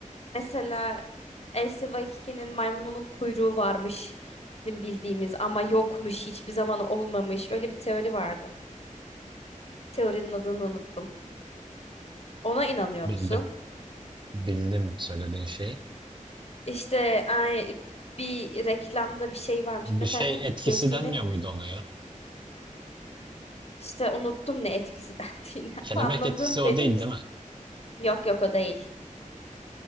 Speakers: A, on the left; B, on the right.
A: mesela Elsi maymununun kuyruğu varmış bizim bildiğimiz ama yokmuş hiçbir zaman olmamış. Öyle bir teori vardı. Teorinin adını unuttum. Ona inanıyor
B: Bildim.
A: musun?
B: Bildim söylediğin şeyi.
A: İşte ay, bir reklamda bir şey varmış.
B: Bir
A: Mesela
B: şey
A: neydi?
B: etkisi
A: KFC'nin
B: denmiyor muydu ona ya?
A: işte unuttum ne etkisi dendiğini.
B: Kelebek
A: <laughs> Anladın
B: etkisi o
A: beni?
B: değil değil mi?
A: Yok yok o değil.